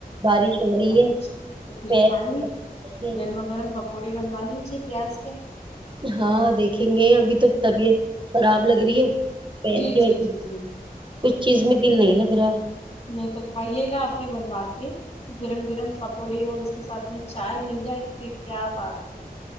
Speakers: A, on the right; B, on the left.
A: بارش ہو رہی ہے
B: اچھا تو پھر
A: پیر
B: کھائیں گے
A: بیٹھے ہیں
B: گرما گرم پکوڑے بنوا لیجیے پیاز کے
A: ہاں دیکھیں گے ابھی تو طبیعت خراب لگ رہی ہے پیر
B: جی
A: کی
B: جی
A: وجہ
B: جی جی
A: کچھ چیز میں دل نہیں لگ رہا ہے
B: میں تو کھائیے گا اپنے بنوا کے گرم گرم پکوڑے اور اس کے ساتھ میں چائے مل جائے تو پھر کیا بات ہے